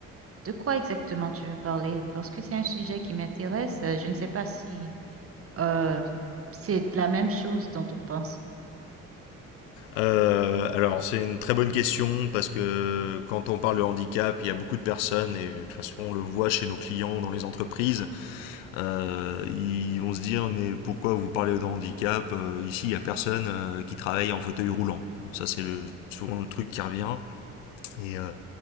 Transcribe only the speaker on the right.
De quoi exactement tu veux parler? Parce que c'est un sujet qui m'intéresse. euh, Je ne sais pas si euh, c'est de la même chose dont on pense.